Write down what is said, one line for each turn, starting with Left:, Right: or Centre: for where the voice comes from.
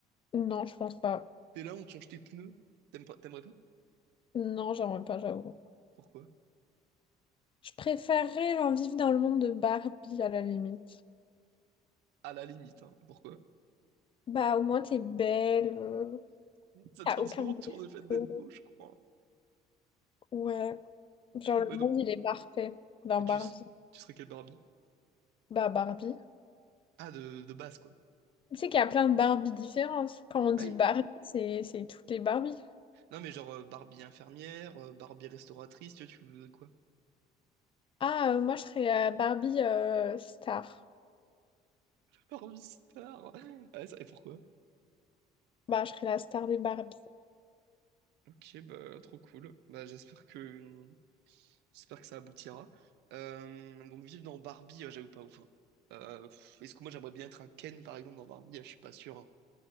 Left: Non, je pense pas.
Right: T'es là, on te change tes pneus. T'aimes pas- T'aimerais pas?
Left: Non, j'aimerais pas, j'avoue.
Right: Pourquoi?
Left: Je préférerais genre, vivre dans le monde de Barbie à la limite.
Right: À la limite, hein. Pourquoi?
Left: Bah, au moins, t'es belle, euh,
Right: Ça
Left: t'as
Right: tourne
Left: aucun
Right: souvent autour
Left: défaut.
Right: du fait d'être beau, je crois.
Left: Ouais. Genre, le
Right: Ouais,
Left: monde, il est parfait dans
Right: Mais
Left: Barbie.
Right: tu, s- tu serais quelle Barbie?
Left: Bah, Barbie.
Right: Ah, de, de base, quoi.
Left: Tu sais qu'il y a plein de Barbie différentes. Quand on dit
Right: Bah oui.
Left: Barbie, c'est c'est toutes les Barbies.
Right: Non, mais genre euh, Barbie infirmière, euh, Barbie restauratrice, tu vois, tu veux quoi?
Left: Ah, euh, moi, je serais la Barbie euh, star.
Right: Barbie star. Ah, ça, et pourquoi?
Left: Bah, je serais la star des Barbies.
Right: Ok, bah, trop cool. Bah, j'espère que, j'espère que ça aboutira. Euh, donc, vivre dans Barbie, euh, j'avoue pas ouf. hein. Euh, pff, est-ce que moi, j'aimerais bien être un Ken, par exemple, dans Barbie? Ah, je suis pas sûr. hein.